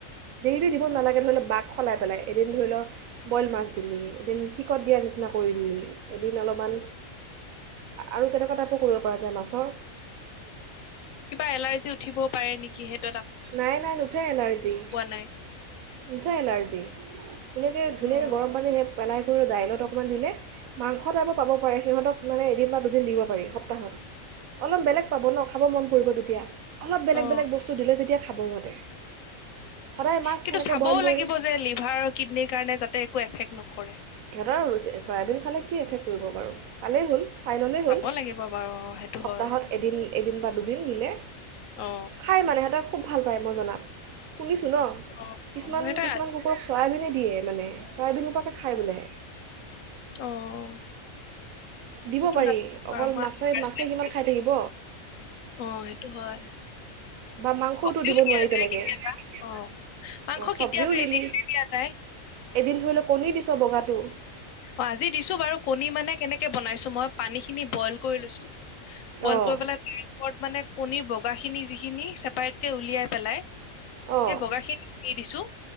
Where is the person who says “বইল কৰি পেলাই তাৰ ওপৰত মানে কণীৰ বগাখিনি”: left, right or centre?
Left